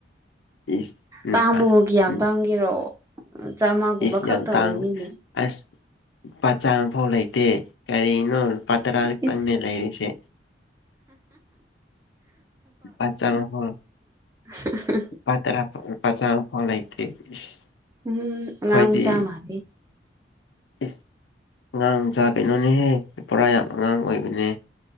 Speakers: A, on the left; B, on the right.
A: ꯏꯁ ꯅꯨꯄꯥ
B: ꯇꯥꯡꯕꯕꯨ ꯀ꯭ꯌꯥꯝ
A: ꯎꯝ
B: ꯇꯥꯡꯒꯦꯔꯣ ꯆꯥꯃꯒꯨꯝꯕ
A: ꯏꯁ
B: ꯈꯛꯇ
A: ꯌꯥꯝ ꯇꯥꯡ
B: ꯑꯣꯏꯅꯤꯅꯦ
A: ꯑꯁ ꯂꯨꯄꯥ ꯆꯥꯝꯐꯧ ꯂꯩꯇꯦ ꯀꯔꯤꯅꯣ꯫ ꯇꯔꯥ ꯈꯛꯇꯪꯅꯦ
B: ꯏꯁ
A: ꯂꯩꯔꯤꯁꯦ <unintelligible>
B: ꯎꯝ
A: ꯂꯨꯄꯥ ꯇꯔꯥ ꯄꯨꯔꯛꯎ ꯂꯨꯄꯥ ꯆꯥꯝꯐꯧ ꯂꯩꯇꯦ ꯏꯁ꯫
B: ꯎꯝ ꯑꯥꯉꯥꯡ
A: ꯑꯩꯈꯣꯏꯗꯤ
B: ꯃꯆ ꯃꯜꯂꯦ
A: ꯏꯁ ꯑꯉꯥꯡꯖ ꯀꯩꯅꯣꯅꯦꯍꯦ ꯄꯨꯔꯥ ꯌꯥꯝ ꯑꯉꯥꯡ ꯑꯣꯏꯕꯅꯦ